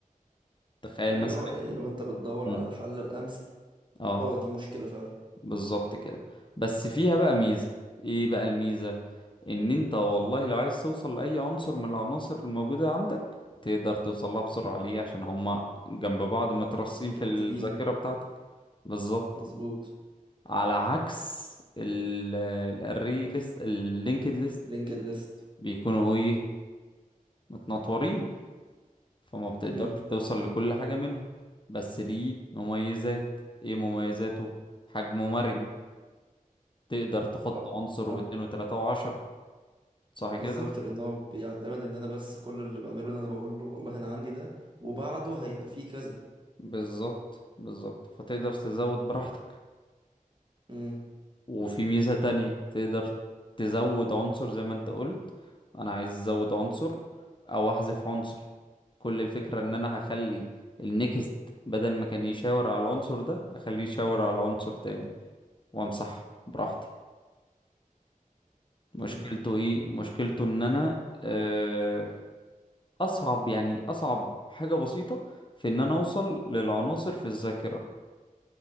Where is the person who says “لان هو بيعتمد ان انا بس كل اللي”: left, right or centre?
Right